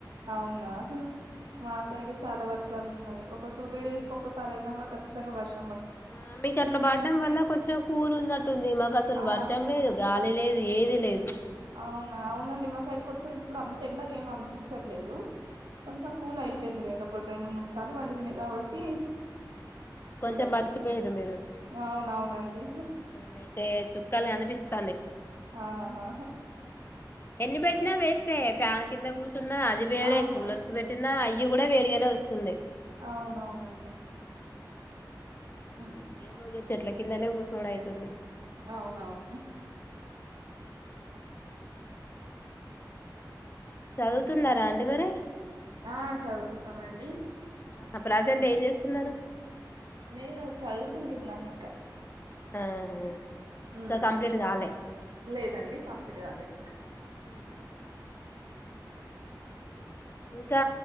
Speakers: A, on the right; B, on the left.
A: అవునా మా సైడ చాలా వర్షాలు ఉన్నాయి ఒక టూ త్రీ డేస్ ఒక్కసారి అయినా కూడా ఖచ్చితంగా వర్ష
B: ఆ మీకుట్లా పడడం వల్ల కొంచెం కూల్ ఉన్న ఉంటుంది మాకసలు
A: ఆ
B: వర్షం లేదు గాలి లేదు ఏది లేదు
A: అవునా అవునండి మా సైడ్ కొంచం ఇప్పుడు అంత ఎండగా ఏం అనిపిచ్చట్లేదు కొంచెం కూల్ అయిపోయింది లేండి ఒకటి రెండు మూడు సార్లు పడింది కాబట్టి కూల్
B: కొంచెం
A: అయిపోయింది
B: బతికిపోయిర్రు మీరు
A: అవునవునండి
B: మేమైతే చుక్కలు కనిపిస్తాంది
A: ఆహా
B: ఎన్ని పెట్టినా వేస్టే ఫ్యా కిందగు తున్నా అది వేడై
A: అవును
B: కూలర్స్ పెట్టినా అయి ఇవి కూడా వేడిగానే వస్తున్నాయి
A: అవునవునండి ఉమ్,
B: ఏమో ఇగ చెట్ల కిందనే కూసునుడు ఐతుంది
A: అవునవును
B: చదువుతున్నారా అండి మరి
A: ఆ చదువుతున్నామండి
B: ఆహా ప్రజెంట్ ఏం చేస్తున్నారు
A: నేను చదువుకుంటున్నాను
B: <unintelligible>
A: మ్
B: కంప్లీట్ కాలే
A: లేదండి కంప్లీట్ కాలేదింకా
B: మ్ హు ఇంకా